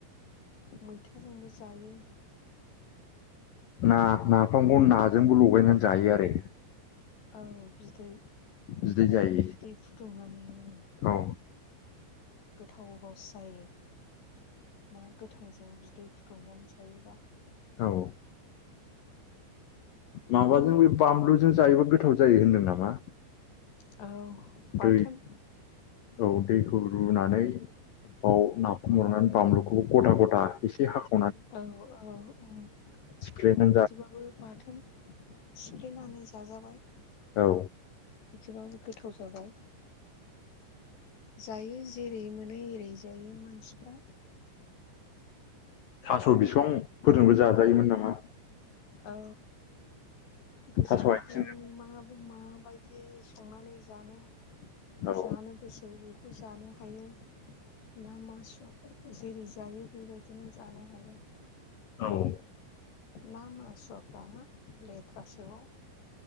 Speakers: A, on the left; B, on the left.
A: मैथाजोंबो जायो।
B: ना नाफामखौ नाजोंबो लगायनानै जायो आरो।
A: औ बिदै
B: बिदै जायो
A: बिदै फुदुंनानै उम।
B: औ
A: गोथाव रस जायो। ना गोथांजों बिदै फुदुंनानै जायोबा।
B: औ माबाजों बे बानलुजों जायोबा गोथाव जायो होनदों नामा?
A: औ। बाथोन
B: दै। औ दैखौ रुनानै बाव नाफाम हरनानै बानलुखौबो गदा गदा एसे हाख
A: औ औ औ
B: सिफ्लेनानै
A: औ बिदिबाबो
B: जा
A: बाथोन। सिफ्लेनानै जाजाबाय।
B: औ
A: बिदिबाबो गोथाव जाबाय। जायो जेरै मोनो एरै जायो मानसिफ्रा।
B: थास' बिसंफोरजोंबो जाजायोमोन नामा
A: औ गोसोबायदि
B: थास' आथिंजों
A: नों मा माबायदि संनानै जानो
B: औ
A: जानो गोसो बेखौ जानो हायो ना मासुवफोरखौ जेरै जायो बेबायदिनो जानो हायो
B: औ
A: ना मासुवाफ्रा लेथ्रासोआव